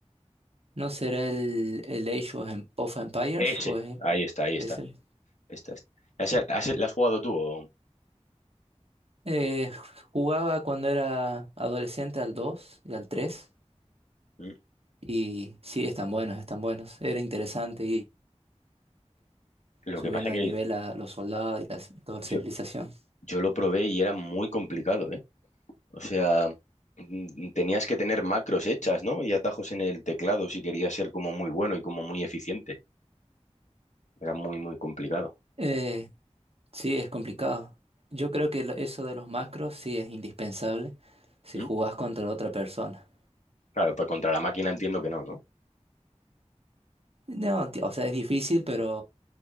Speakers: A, on the right (about 55°); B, on the left (about 80°).
A: ¿no será el, el Age of Em- of Empires
B: Ese,
A: o es
B: ahí está, ahí
A: ese?
B: está. Está, está. ¿Has- has- ¿Lo has jugado tú? o-
A: Eh, jugaba cuando era adolescente al 2 y al tres
B: Mm.
A: Y sí, están buenos, están buenos. Era interesante ir
B: Lo
A: subiendo
B: que pasa que
A: de nivel a los soldados y la, c- toda la
B: yo,
A: civilización.
B: Yo lo probé y era muy complicado, ¿eh? O sea, mm, tenías que tener macros hechas, ¿no? Y atajos en el teclado si querías ser como muy bueno y como muy eficiente. Era muy, muy complicado.
A: Eh, sí, es complicado. Yo creo que lo- eso de los macros sí es indispensable si
B: ¿Mm?
A: jugás contra otra persona.
B: Claro, pues contra la máquina entiendo que no, ¿no?
A: No, ti- o sea, es difícil, pero,